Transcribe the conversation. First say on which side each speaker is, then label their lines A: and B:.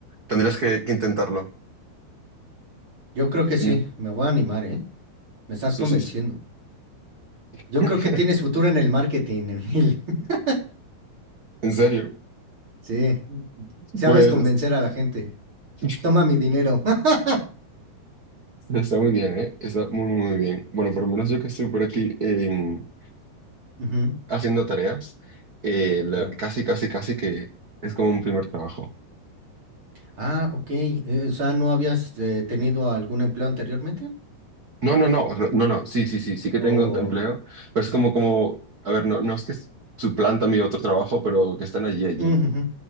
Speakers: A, on the right; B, on the right.
A: Tendrías que, que intentarlo.
B: Yo creo que sí,
A: Tendr-
B: me voy a animar, ¿eh? Me estás
A: Sí,
B: convenciendo.
A: sí. sí. <laughs>
B: Yo creo que tienes futuro en el marketing, Emil. <laughs>
A: En serio,
B: Sí, sabes
A: pues
B: convencer
A: es-
B: a la gente.
A: <laughs>
B: Toma mi dinero. <laughs>
A: está muy bien, ¿eh? Está muy, muy, muy bien. Bueno, por lo menos yo que estoy por aquí en-
B: Ujú,
A: haciendo tareas, eh, la-
B: claro.
A: casi, casi, casi que es como un primer trabajo.
B: Ah, ok. eh, o sea, ¿no habías eh, tenido algún empleo anteriormente?
A: No, no, no, re- no, no, sí, sí, sí, sí que
B: O...
A: tengo un empleo, pero es como, como, a ver, no, no es que suplanta mi otro trabajo, pero que están allí, allí.
B: Ujú, ujú.